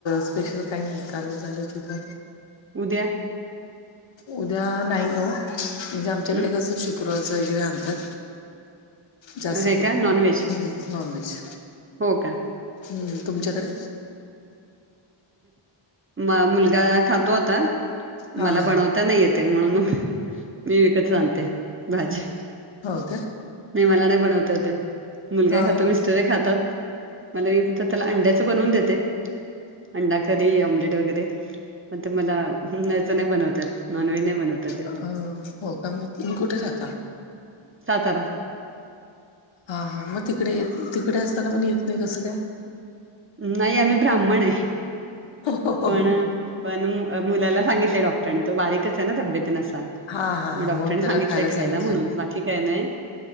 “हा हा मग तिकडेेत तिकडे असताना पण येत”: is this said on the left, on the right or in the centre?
Left